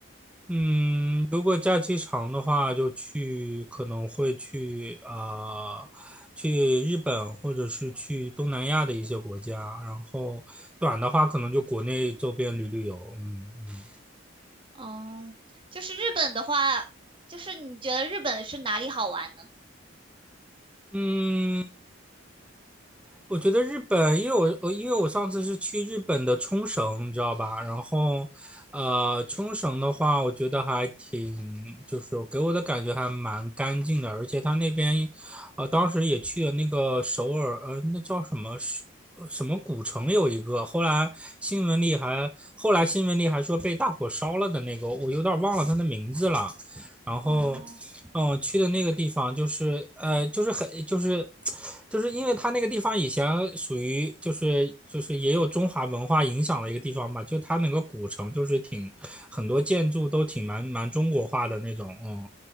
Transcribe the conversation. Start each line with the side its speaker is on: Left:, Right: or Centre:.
Centre: 嗯，如果假期长的话，就去可能会去啊、呃去日本或者是去东南亚的一些国家。然后短的话，可能就国内周边旅旅游。嗯嗯。
Right: 嗯，就是日本的话，就是你觉得日本是哪里好玩呢？
Centre: 嗯我觉得日本，因为我我因为我上次是去日本的冲绳，你知道吧？然后，呃，冲绳的话，我觉得还挺，就是给我的感觉还蛮干净的，而且他那边，呃，当时也去了那个首尔，呃，那叫什么是呃什么古城有一个，后来新闻里还后来新闻里还说被大火烧了的那个，我有点忘了它的名字了。然后
Right: 哦。
Centre: 嗯，我去的那个地方就是呃，就是很就是就是因为它那个地方以前属于就是就是也有中华文化影响的一个地方吧，就它那个古城就是挺很多建筑都挺蛮蛮中国化的那种，嗯，